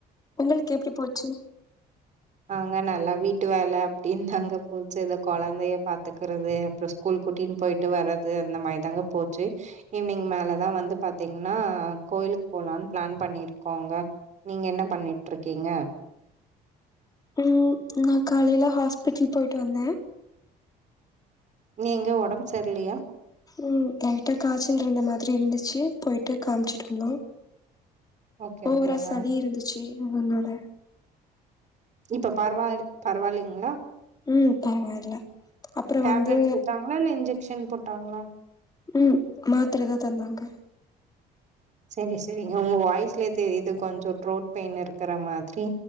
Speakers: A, on the left; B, on the right.
A: உங்களுக்கு எப்படி போச்சு
B: ங்க நல்லா வீட்டு வேல அப்டின்னு தாங்க போச்சு இதா கொழந்தைய பாத்துக்கிறது அப்பறம் ஸ்கூல் குட்டினு போயிட்டு வரது அந்த மாரி தாங்க போச்சு ஈவினிங் மேலதா வந்து பாத்தீங்குன்னா கோயிலுக்கு போலாம்னு பிளான் பண்ணிருக் கோங்க நீங்க என்ன பண்ணிட்ருக்கீங்க
A: உம் நா காலையில ஹாஸ்பிட்டல் போயிட்டு வந்தே
B: ஏங்க ஒடம்பு செர்யில்லயா
A: உம் லைட்டா காய்சல் இருந்த மாதிரி இருந்துச்சு போயிட்டு காமிச்சுட்டு இருந்தோ
B: ஓகே
A: ஒவ்ரா
B: ஓகேங்க
A: சளி இருந்துச்சு இவுங் என்னோட
B: இப்ப பரவாலில் பரவாயில்லீங்குளா
A: உம் பரவால்ல அப்பற
B: டேப்லெட்
A: வந்து
B: குடுத்தாங்களா இல்ல இன்ஜெக்ஷன் போட்டாங்களா
A: உம் மாத்தரதா தந்தாங்க
B: செரி செரிங்க உங்க வாய்ஸ்லயே தெரிது கொஞ்ச தோட்ரேட் பெயின் இருக்கற மாத்ரி